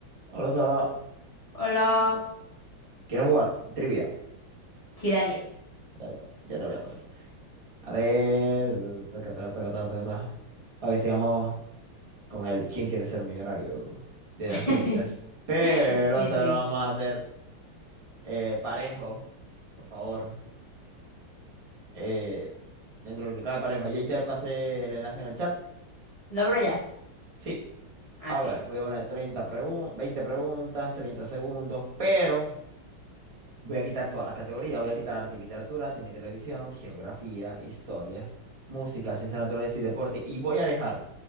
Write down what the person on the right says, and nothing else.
Hola Sara,
¿quieres jugar? Trivia.
Dale, pues, ya te lo voy a pasar. A ver, taca, taca, taca, taca, taca, taca. A ver, sigamos con el ¿Quién quiere ser millonario? De
las trivias. Pero
esta
vez lo vamos a hacer eh, parejo, por favor. Eh, dentro de lo que cabe parejo. Ahí te pasé el enlace en el chat.
Sí,
a
ver, voy a poner treinta pregun- 20 preguntas, 30 segundos, pero Voy a quitar todas las categorías, voy a quitar arte y literatura, cine y televisión, geografía, historia, música, ciencias naturales y deporte. Y voy a dejar